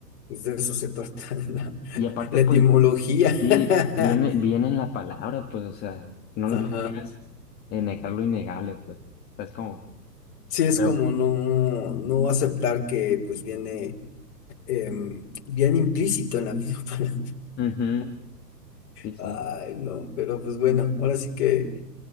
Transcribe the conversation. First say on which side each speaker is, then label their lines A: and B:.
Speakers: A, on the left; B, on the left.
A: pues, de eso se trata <laughs> la,
B: Y aparte,
A: la
B: pues,
A: etimología.
B: sí,
A: <laughs>
B: viene, viene en la palabra, pues, o sea, no, no
A: Ajá.
B: quieras eh, negar lo innegable, pues. O sea, es como,
A: Sí, es
B: pero,
A: como no, no aceptar que pues viene em, bien implícito en la misma <laughs> palabra.
B: ujú, sí, sí.
A: Ay, no, pero pues bueno, ahora sí que